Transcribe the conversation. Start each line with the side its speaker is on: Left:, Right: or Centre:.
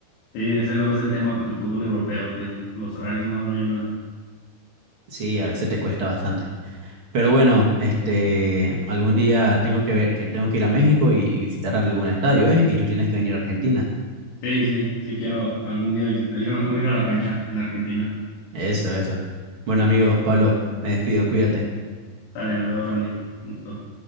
Left: Sí, ese luego es el tema con el fútbol europeo, que el- los horarios no, no ayudan.
Right: Sí, a veces te cuesta bastante. Pero bueno, este, algún día tengo que ver, que tengo que ir a México y, y visitar algún estadio, ¿eh? Y tú tienes que venir a Argentina.
Left: Sí, sí, sí quiero algún día visitar, ir, a- ir a la cancha en Argentina.
Right: Eso, eso. Bueno, amigo, Pablo, me despido, cuídate.
Left: Sale, nos vemos, Randy. Un gusto.